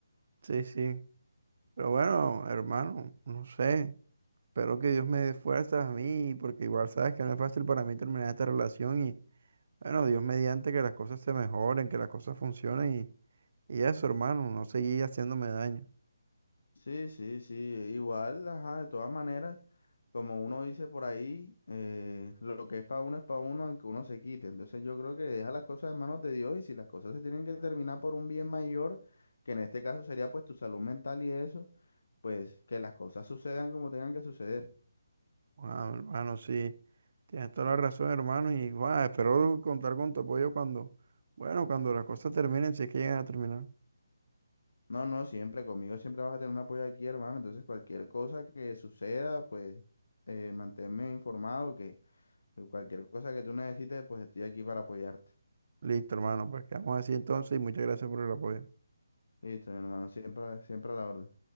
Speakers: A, on the right; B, on the left.
A: Sí, sí, pero bueno, hermano, no sé. Espero que Dios me dé fuerzas a mí, porque igual sabes que no es fácil para mí terminar esta relación y bueno, Dios mediante que las cosas se mejoren, que las cosas funcionen y, y eso, hermano, no seguir haciéndome daño.
B: Sí, sí, sí, igual, ajá, de todas maneras, como uno dice por ahí, eh, lo que es para uno es para uno, aunque uno se quite. Entonces yo creo que deja las cosas en manos de Dios y si las cosas se tienen que terminar por un bien mayor, que en este caso sería pues tu salud mental y eso, pues que las cosas sucedan como tengan que suceder.
A: Wow, hermano, sí, tienes toda la razón, hermano, y guau, espero contar con tu apoyo cuando, bueno, cuando las cosas terminen, si es que llegan a terminar.
B: No, no, siempre, conmigo siempre vas a tener un apoyo aquí, hermano. Entonces cualquier cosa que suceda, pues eh, manténme informado, que cualquier cosa que tú necesites, pues estoy aquí para apoyarte.
A: Listo, hermano, pues quedamos así entonces y muchas gracias por el apoyo.
B: Listo, mi hermano, siempre, siempre a la orden.